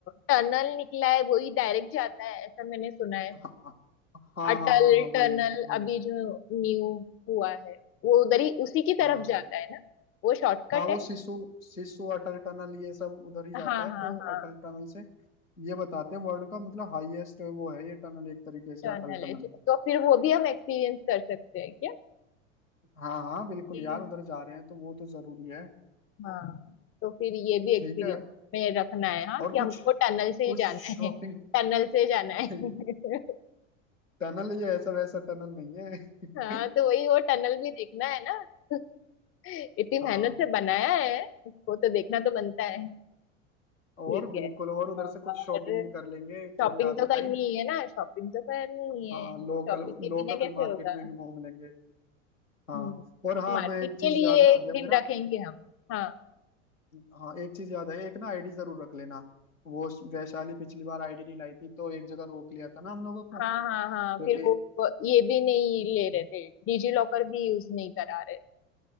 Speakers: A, on the left; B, on the left.
A: टनल निकला है वही डायरेक्ट जाता है ऐसा मैंने सुना है
B: हाँ हाँ हाँ
A: अटल
B: हाँ हाँ, हाँ, वही
A: टनल
B: वही
A: अभी जो न्यू हुआ है वो उधर ही उसी की
B: हाँ
A: तरफ जाता है ना वो शॉर्टकट
B: हाँ वो
A: है
B: शिशु शिशु अटल टनल ये सब उधर ही
A: हाँ
B: जाता है
A: हाँ
B: तो
A: हाँ
B: अटल टनल से ये बताते हैं वर्ल्ड का मतलब हाईएस्ट वो है ये टनल एक तरीके से
A: टनल
B: अटल टनल
A: है तो फिर वो भी हम एक्सपीरियंस कर सकते हैं
B: हाँ हाँ बिल्कुल
A: क्या
B: यार उधर जा रहे हैं तो वो तो जरूरी है
A: हाँ तो फिर ये भी
B: ठीक
A: एक्सपीरियंस
B: है
A: में रखना है हाँ
B: और
A: कि
B: कुछ
A: हमको टनल से
B: कुछ
A: ही जाना
B: शॉपिंग
A: है टनल से जाना है
B: <laughs>
A: <laughs>
B: टनल ये ऐसा वैसा टनल नहीं है
A: हाँ तो वही वो टनल भी देखना है ना <laughs> इतनी
B: <laughs>
A: मेहनत
B: हाँ
A: से बनाया है उसको तो देखना तो बनता है
B: और
A: ठीक
B: बिल्कुल
A: है
B: और उधर
A: और
B: से कुछ शॉपिंग भी कर लेंगे
A: शॉपिंग
B: थोड़ी आते
A: तो करनी
B: टाइम
A: ही है ना शॉपिंग तो करनी ही
B: हाँ
A: है शॉपिंग
B: लोकल
A: के
B: लोकल
A: बिना कैसे
B: मार्केट
A: होगा
B: में भी घूम लेंगे हाँ
A: हम्म
B: और हाँ
A: मार्केट
B: मैं एक
A: के
B: चीज
A: लिए
B: याद
A: एक
B: आ गया
A: दिन
B: मेरा
A: रखेंगे हम हाँ
B: हाँ एक चीज याद है एक ना आईडी जरूर रख लेना वो वैशाली पिछली बार आईडी नहीं लाई थी तो एक जगह रोक लिया था ना हम लोगों को
A: हाँ हाँ हाँ
B: तो
A: फिर
B: ए,
A: वो वो ये भी नहीं ले रहे थे डिजी लॉकर भी यूज नहीं करा रहे